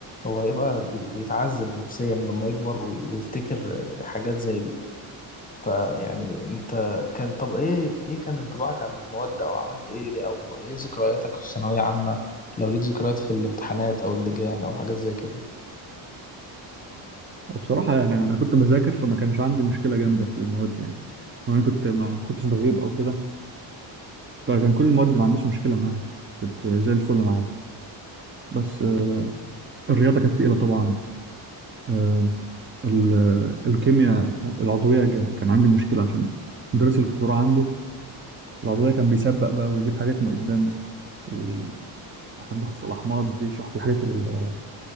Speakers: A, on the left; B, on the right.
A: هو هيبقى بي- بيتعذب نفسيا لما يكبر وي- ويفتكر حاجات زي دي فيعني انت كان طب ايه ايه كان انطباعك عن المواد او عملت ايه او ايه ذكرياتك في ثانوية عامة لو ليك ذكريات في الامتحانات او اللجان او حاجات زي كده
B: وبصراحة أنا أنا كنت بذاكر فما كانش عندي مشكلة جامدة في المواد يعني وأنا كنت ما ما كنتش بغيب أو كده فكان كل المواد ما عنديش مشكلة معاها كنت زي الفل معايا بس آه، الرياضة كانت تقيلة طبعا آه، ال- آه، الكيمياء العضوية جا- كان عندي مشكلة عشان المدرس اللي كنت بروح عنده العضوية كان بيسبق بقى ويجيب حاجات من قدام وإحنا بناخد في الأحماض دي يشرح الحاجات ال-